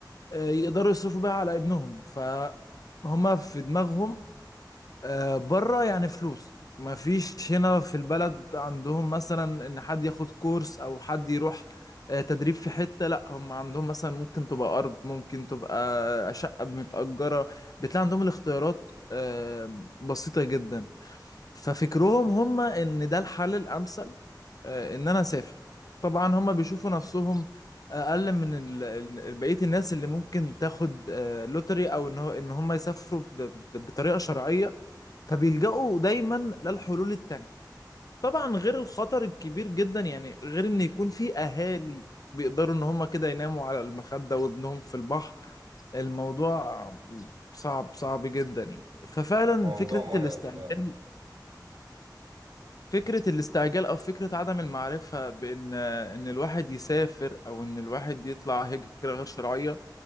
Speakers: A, on the left (about 55°); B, on the right (about 80°).
A: آه، يقدروا يصرفوا بيها على ابنهم فهم في دماغهم آه، بره يعني فلوس ما فيش هنا في البلد عندهم مثلا ان حد ياخد كورس او حد يروح آه، تدريب في حتة لا هم عندهم مثلا ممكن تبقى ارض ممكن تبقى شقة متأجرة بتلاقي عندهم الاختيارات آه، بسيطة جدا ففكرهم هم ان ده الحل الامثل آه، ان انا اسافر طبعا هم بيشوفوا نفسهم اقل من ال- ال- بقية الناس اللي ممكن تاخد آه، لوتري او ان هو- ان هم يسافروا ب- ب- بطريقة شرعية فبيلجأوا دايما للحلول التانية طبعا غير الخطر الكبير جدا يعني غير ان يكون في اهالي بيقدروا ان هم كده يناموا على المخدة وابنهم في البحر الموضوع صعب صعب جدا يعني ففعلا
B: موضوع
A: فكرة
B: مرعب
A: الاستعجال
B: فعلا
A: فكرة الاستعجال او فكرة عدم المعرفة بان ان الواحد يسافر او ان الواحد يطلع هجرة غير شرعية